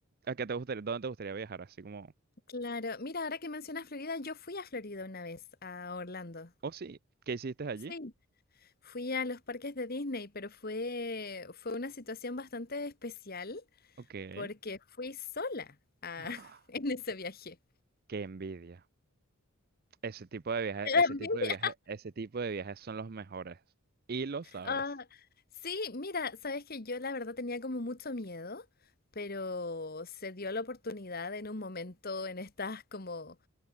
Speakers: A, on the right; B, on the left.
A: a qué te gustaría, dónde te gustaría viajar? Así como,
B: Claro, mira, ahora que mencionas Florida, yo fui a Florida una vez, a Orlando.
A: oh sí, ¿qué hiciste allí?
B: Sí, fui a los parques de Disney, pero fue, fue una situación bastante especial
A: Ok.
B: porque fui sola a-
A: <gasps>
B: <laughs> en ese viaje.
A: ¡Qué envidia! Ese tipo de viajes,
B: <laughs>
A: ese tipo de viajes, ese tipo de viajes son los mejores. Y lo sabes.
B: Ah, sí, mira, sabes que yo la verdad tenía como mucho miedo, pero se dio la oportunidad en un momento en estas como,